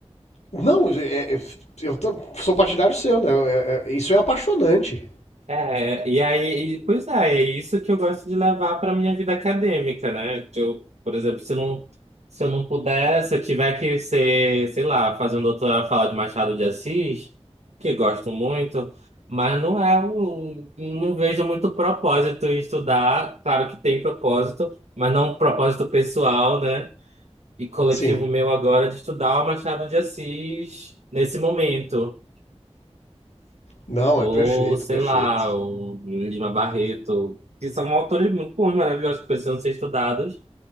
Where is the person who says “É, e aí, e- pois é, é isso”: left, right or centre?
Right